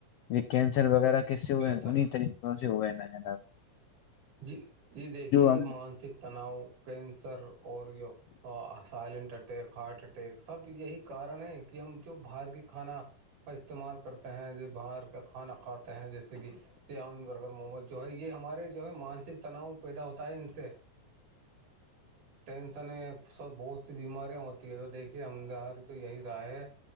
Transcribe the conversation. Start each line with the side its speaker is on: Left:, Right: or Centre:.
Left: یہ کینسر وغیرہ کیس سے ہوئے
Right: بے
Left: ہیں
Right: شک
Left: انی طری کون س سے ہو ہے نا جا
Right: جی جی دیکھیے یہ
Left: ہم
Right: مانسک تناؤ کینسر اور سائلینٹ اٹیک ہارٹ اٹیک سب یہی کارن ہے کہ ہم جو باہر کی کھانا کا استعمال کرتے ہیں جو باہر کا کھانا کھاتے ہیں جیسے کہ جیاامن برگر محمد جو ہے یہ ہمارے جو ہے مانسک تناؤ پیدا ہوتا ہے ان سے ٹینشن سب بہت سی بیماریاں ہوتی ہے جو دیکھیے ہمداری تو یہی رائے ہے